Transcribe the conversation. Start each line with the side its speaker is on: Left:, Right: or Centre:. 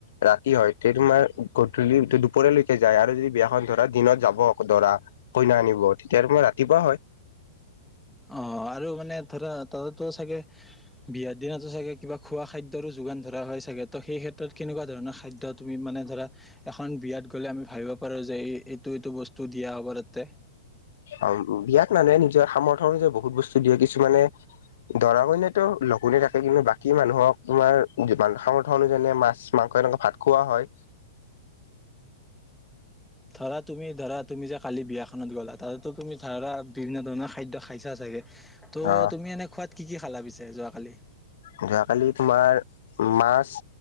Left: ৰাতি হয় তেতিয়া তোমাৰ গধূলি দুপৰলৈকে যায় আৰু যদি বিয়াখন ধৰা দিনত যাব আকৌ দৰা কইনা আনিব তেতিয়া তোমাৰ ৰাতিপুৱা হয়
Centre: অ আৰু মানে ধৰা তাতো চাগে, বিয়াৰ দিনতো চাগে কিবা খোৱা খাদ্যৰো যোগান ধৰা হয় চাগে ত সেই ক্ষেত্ৰত কেনেকুৱা ধৰণৰ খাদ্য তুমি মানে ধৰা এখন বিয়াত গলে আমি ভাবিব পাৰো যে এই এইটো এইটো বস্তু দিয়া হ'ব তাতে
Left: অমভ, বিয়াক মানুহে নিজৰ সামৰ্থ অনুযায়ী বহুত বস্তু দিয়ে, কিছুমানে দৰা কইনাতো লঘোণে থাকে কিন্তু বাকী মানুহক তোমাৰ সামৰ্থ অনুযায়ী মাছ মাংস এনেকুৱা ভাত খুওৱা হয়
Centre: ধৰা তুমি ধৰা তুমি যে কালি বিয়াখনত গ'লা, তাতো তুমি ধৰা বিভিন্ন ধৰণৰ খাদ্য খাইছা চাগে ত'
Left: আহ
Centre: তুমি এনে খোৱাত কি কি খালা পিছ এ যোৱাকালি?
Left: যোৱাকালি তোমাৰ মাছ,